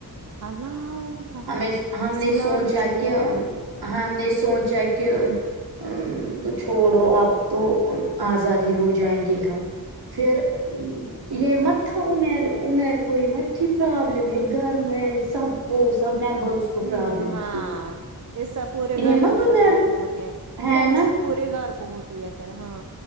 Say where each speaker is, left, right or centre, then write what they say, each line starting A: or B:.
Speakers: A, on the right; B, on the right.
A: اللہ
B: ہمیں ہم
A: کیسی
B: نے
A: لالچی
B: سوچا کہ
A: ہے
B: ہم نے سوچا کہ ا چھوڑو اب تو آزاد ہی ہو جائیں گے ہم پھر یہ متا امیر امیرر کوئی متھیی پرابلم ہے گھر میں سب کو سب ممبرس کو
A: ہ
B: پرابلم
A: ہاں
B: تھی
A: یہ سب پورے گھر
B: ہمت
A: کو اسے
B: عمیر
A: پرابلم ہوتی ہیں
B: ہے
A: ٹینشن
B: نا
A: پورے گھر کو ہوتی ہے پھر ہاں